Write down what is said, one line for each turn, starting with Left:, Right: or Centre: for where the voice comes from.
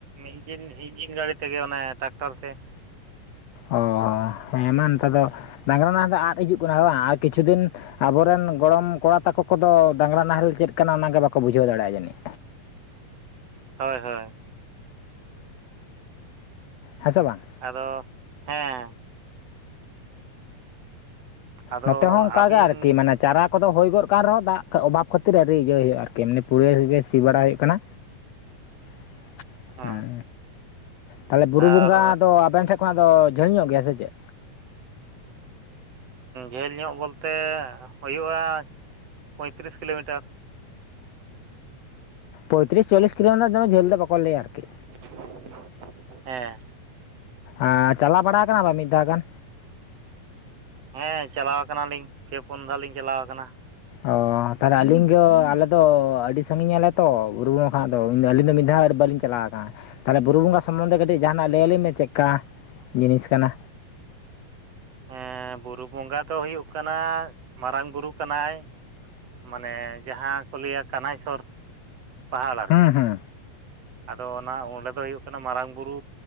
Right: ᱤᱱᱡᱤᱱ ᱤᱱᱡᱤᱱ ᱜᱟᱹᱲᱤ ᱛᱮᱜᱮ ᱚᱱᱮ ᱴᱟᱠᱴᱟᱨ ᱛᱮ
Left: ᱚᱦᱳ ᱦᱮᱸ ᱢᱟ ᱱᱮᱛᱟᱨ ᱫᱚ ᱰᱟᱝᱨᱟ ᱱᱟᱦᱮᱞ ᱫᱚ ᱟᱫ ᱦᱤᱡᱩᱜ ᱠᱟᱱᱟ ᱵᱟᱝ ᱟᱨ ᱠᱤᱪᱷᱩ ᱫᱤᱱ ᱟᱵᱚᱨᱮᱱ ᱜᱚᱲᱚᱢ ᱠᱚᱲᱟ ᱛᱟᱠᱚ ᱠᱚᱫᱚ ᱰᱟᱝᱨᱟ ᱱᱟᱦᱮᱞ ᱪᱮᱫ ᱠᱟᱱᱟ ᱚᱱᱟ ᱜᱮ ᱵᱟᱠᱚ ᱵᱩᱡᱷᱟᱹᱣ ᱫᱟᱲᱮᱭᱟᱜᱼᱟ ᱡᱟᱹᱱᱤᱡ
Right: ᱦᱳᱭ ᱦᱳᱭ
Left: ᱦᱮᱸ ᱥᱮ ᱵᱟᱝ
Right: ᱟᱫᱚ ᱦᱮᱸ ᱟᱫᱚ
Left: ᱱᱚᱛᱮ ᱦᱚᱸ ᱚᱱᱠᱟ
Right: ᱟᱹᱵᱤᱱ
Left: ᱜᱮ ᱟᱨᱠᱤ ᱢᱟᱱᱮ ᱪᱟᱨᱟ ᱠᱚᱫᱚ ᱦᱩᱭ ᱜᱚᱫ ᱠᱟᱱ ᱨᱮᱦᱚᱸ ᱫᱟᱜ ᱚᱵᱷᱟᱵ ᱠᱷᱟᱹᱛᱤᱨ ᱟᱨ ᱤᱭᱟᱹ ᱦᱩᱭᱩᱜᱼᱟ ᱟᱨᱠᱤ ᱢᱟᱱᱮ ᱯᱩᱨᱟᱹ ᱜᱮ ᱥᱤ ᱵᱟᱲᱟ ᱦᱩᱭᱩᱜ ᱠᱟᱱᱟ <unintelligible>
Right: ᱦᱮᱸ
Left: ᱦᱩᱸ ᱛᱟᱦᱞᱮ ᱵᱩᱨᱩ
Right: ᱟᱨ
Left: ᱵᱚᱸᱜᱟ ᱫᱚ ᱟᱵᱮᱱ ᱴᱷᱮᱱ ᱚᱱᱟ ᱫᱚ ᱡᱷᱟᱹᱞ ᱧᱚᱜ ᱜᱮᱭᱟ ᱥᱮ ᱪᱮᱫ
Right: ᱡᱷᱟᱹᱞ ᱧᱚᱜ ᱵᱚᱞᱛᱮ ᱦᱩᱭᱩᱜᱼᱟ ᱯᱚᱭᱛᱨᱤᱥ ᱠᱤᱞᱳᱢᱤᱴᱟᱨ
Left: ᱯᱚᱭᱛᱨᱤᱥ ᱪᱚᱞᱞᱤᱥ ᱠᱤᱞᱳ ᱨᱮᱱᱟᱜ ᱫᱚ ᱡᱷᱟᱹᱞ ᱫᱚ ᱵᱟᱠᱚ ᱞᱟᱭᱟ ᱟᱨᱠᱤ
Right: <unintelligible> ᱦᱮᱸ
Left: ᱟ ᱪᱟᱞᱟᱣ ᱵᱟᱲᱟ ᱟᱠᱟᱱᱟ ᱵᱤᱱ ᱢᱤᱫ ᱫᱷᱟᱣ ᱜᱟᱱ
Right: ᱦᱮᱸ ᱪᱟᱞᱟᱣ ᱠᱟᱱᱟᱞᱤᱧ ᱯᱮ ᱯᱩᱱ ᱫᱷᱟᱣ ᱞᱤᱧ ᱪᱟᱞᱟᱣ ᱟᱠᱟᱱᱟ
Left: ᱚᱻ ᱛᱟᱦᱚᱞᱮ ᱟᱹᱞᱤᱧ ᱫᱚ ᱟᱞᱮᱫ ᱫᱚ ᱟᱹᱰᱤ ᱥᱟᱺᱜᱤᱧ ᱟᱞᱮ ᱛᱚ ᱜᱩᱨᱩ ᱜᱩᱨᱩᱜᱟ ᱠᱷᱚᱱᱟᱜ ᱫᱚᱧ ᱟᱹᱞᱤᱧ ᱫᱚ ᱢᱤᱫ ᱫᱷᱟᱣ ᱵᱟᱞᱤᱧ ᱪᱟᱞᱟᱣ ᱟᱠᱟᱱᱟ ᱛᱟᱦᱚᱞᱮ ᱵᱩᱨᱩ ᱵᱚᱸᱜᱟ ᱥᱚᱢᱵᱚᱱᱫᱷᱮ ᱠᱟᱹᱴᱤᱡ ᱡᱟᱦᱟᱱᱟᱜ ᱞᱟᱹᱭᱟᱞᱤᱧ ᱢᱮ ᱪᱮᱫᱠᱟ ᱡᱤᱱᱤᱥ ᱠᱟᱱᱟ
Right: ᱦᱮᱸ ᱵᱩᱨᱩ ᱵᱚᱸᱜᱟ ᱫᱚ ᱦᱩᱭᱩᱜ ᱠᱟᱱᱟ ᱢᱟᱨᱟᱝ ᱵᱩᱨᱩ ᱠᱟᱱᱟᱭ ᱢᱟᱱᱮ ᱡᱟᱦᱟᱸ ᱠᱚ ᱞᱟᱹᱭᱟ ᱠᱟᱱᱟᱭᱥᱚᱨ ᱯᱟᱦᱟᱲ ᱟᱨᱠᱤ
Left: ᱦᱩᱸ ᱦᱩᱸ
Right: ᱟᱫᱚ ᱚᱱᱟ ᱚᱸᱰᱮ ᱫᱚ ᱦᱩᱭᱩᱜ ᱠᱟᱱᱟ ᱢᱟᱨᱟᱝ ᱵᱩᱨᱩ